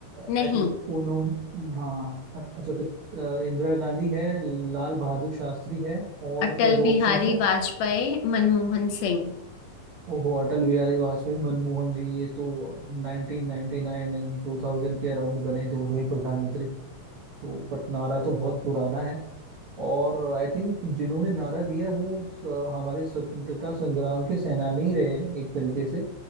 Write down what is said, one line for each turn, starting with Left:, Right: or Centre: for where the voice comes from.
Left: नहीं
Right: आई थिंक उन्होंने हाँ अच्छा फिर अ, इंदिरा गांधी है लाल बहादुर शास्त्री है और
Left: अटल
Right: क्या दो
Left: बिहारी
Right: ऑप्शन हैं
Left: वाजपेयी मनमोहन सिंह
Right: ओहो अटल बिहारी वाजपेयी मनमोहन जी ये तो 1999 एंड 2000 के अराउंड बने दोनों ही प्रधानमंत्री तो बट नारा तो बहुत पुराना है और आई थिंक जिन्होंने नारा दिया वो स- हमारे स्वतंत्रता संग्राम के सेनानी ही रहे हैं एक तरीके से